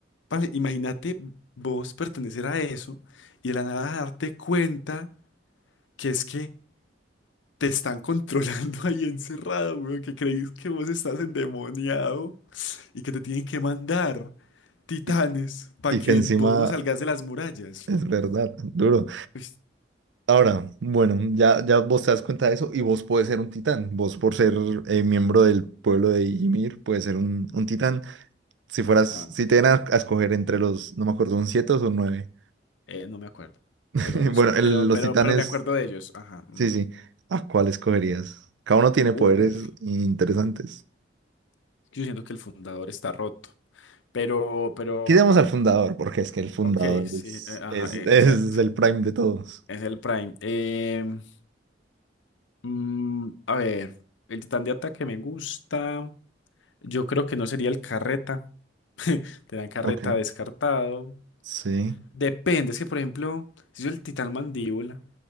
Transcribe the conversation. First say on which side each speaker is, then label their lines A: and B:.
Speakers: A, on the left (about 85°); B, on the right (about 75°).
A: parce, imagínate vos pertenecer a eso y de la nada darte cuenta que es que Te están controlando <laughs> ahí encerrado, weón, que creís que vos estás endemoniado y que te tienen que mandar titanes
B: Y,
A: para
B: y
A: que
B: que encima
A: vos no salgas de las murallas.
B: es verdad, duro.
A: Pues,
B: Ahora, bueno, ya, ya vos te das cuenta de eso y vos puedes ser un titán. Vos por ser eh, miembro del pueblo de Ymir, puedes ser un, un titán. Si fueras,
A: ajá,
B: si te dieran a escoger entre los, no me acuerdo, un siete o son nueve.
A: eh, no me acuerdo.
B: <laughs>
A: Pero los,
B: Bueno, el-
A: pero,
B: los
A: pero,
B: titanes,
A: pero me acuerdo de ellos. Ajá. mm.
B: sí, sí. ¿A cuál escogerías? Cada uno tiene
A: Uf,
B: poderes interesantes.
A: yo siento que el fundador está roto. Pero, pero,
B: Quitemos al fundador, porque es que el fundador
A: ok, sí,
B: es,
A: eh, ajá,
B: es,
A: eh,
B: es
A: exacto.
B: el prime de todos.
A: Es el Prime. Em, mm, a ver, el titán de ataque me gusta. Yo creo que no sería el carreta. Te dan carreta
B: Ok,
A: descartado.
B: sí,
A: Depende, es que por ejemplo, si soy el titán mandíbula,